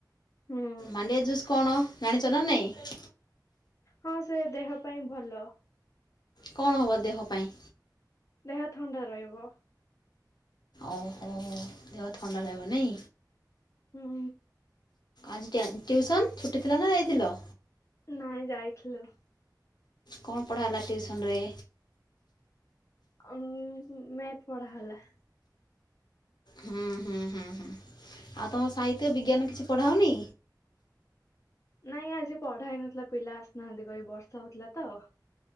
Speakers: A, on the left; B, on the left.
A: ହୁଁ
B: ମାଣ୍ଡିଆ ଜୁସ୍ କଣ ଜାଣିଛ ନା ନାଇଁ?
A: ହଁ ସେ ଦେହ ପାଇଁ ଭଲ।
B: କଣ ହବ ଦେହ ପାଇଁ?
A: ଦେହ ଥଣ୍ଡା ରହିବ।
B: ଓହୋ ଦେହ ଥଣ୍ଡା ରହିବ ନାଇ?
A: ହୁଁ
B: ଆଜି ଟିଉସନ୍ ଛୁଟି ଥିଲା ନା ଯାଇଥିଲ?
A: ନାଇଁ ଯାଇଥିଲୁ।
B: କଣ ପଢ଼ା ହେଲା ଟିଉସନ୍ ରେ?
A: ଉ ମେଥ ପଢ଼ା ହେଲା।
B: ହୁଁ ହୁଁ ହୁଁ ହୁଁ ଆଉ ତୁମ ସାହିତ୍ୟ ବିଜ୍ଞାନ କିଛି ପଢ଼ାଉନି?
A: ନାଇଁ ଆଜି ପଢା ହେଇନଥିଲା ପିଲା ଆସିନାହାନ୍ତି କହି ବର୍ଷା ହଉଥିଲା ତ।